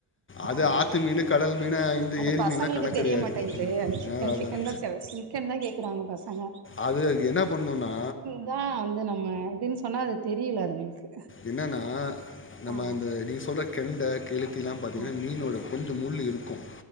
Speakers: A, on the left (about 30°); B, on the right (about 65°).
A: அது
B: ஆ
A: ஆற்று மீன் கடல் மீன் இந்த
B: அது
A: ஏரி
B: பசங்களுக்கு
A: மீன்லாம் கணக்கு
B: தெரியமாட்டேங்கிது
A: கிடையாது ம்,
B: அந்த சிக்கன்
A: அதான்
B: சிக்கன் தா செவசி க்கன் தா கேக்கறாங்க பசங்க
A: அது அதுக்கு என்ன பண்ணணுன்னா
B: அதான் வந்து நம்ம இதுன்னு சொன்னா அது தெரியில அதுங்களுக்கு
A: என்னன்னா நம்ம
B: ஆ
A: அந்த நீங்க சொல்ற கெண்ட கெலுத்திலா பாத்தீங்கன்னா
B: ஆ
A: மீனோட கொஞ்சோ முள்ளு இருக்கும்